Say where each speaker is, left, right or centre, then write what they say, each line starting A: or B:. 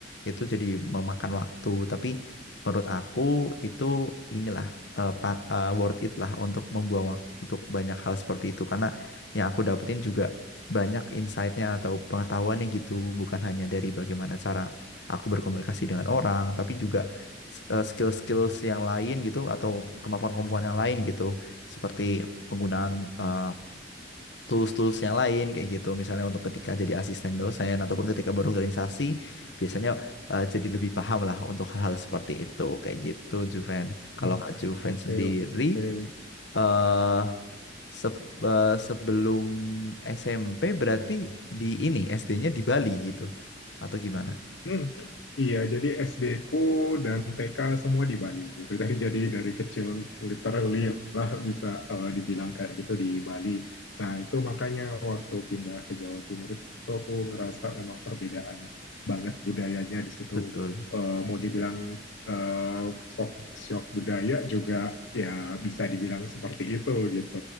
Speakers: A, on the left; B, on the left.
A: itu jadi memakan waktu, tapi menurut aku itu inilah eh, pa- eh, worth it lah untuk membuang waktu untuk banyak hal seperti itu karena yang aku dapetin juga banyak insight-nya atau pengetahuannya gitu, bukan hanya dari bagaimana cara aku berkomunikasi dengan orang, tapi juga eh, skill-skills yang lain gitu atau kemampuan-kemampuan yang lain gitu, seperti penggunaan eh, tools-tools yang lain kayak gitu, misalnya untuk ketika jadi asisten dosen ataupun ketika berorganisasi, biasanya eh, jadi lebih paham lah untuk hal-hal seperti itu kayak gitu, Juven. Kalau
B: Hmm.
A: Kak Juven
B: Oke,
A: sendiri
B: oke.
A: eh Se- eh, sebelum SMP berarti di ini SD-nya di Bali gitu atau gimana?
B: Hmm, iya, jadi SD ku dan TK semua di Bali gitu. Dari jadi dari kecil literally lah bisa eh, dibilang kayak gitu di Bali. Nah, itu makanya waktu pindah ke Jawa Timur itu aku ngerasa memang perbedaan banget budayanya di situ.
A: Betul.
B: Eh, mau dibilang eh shock, shock budaya juga ya bisa dibilang seperti itu gitu.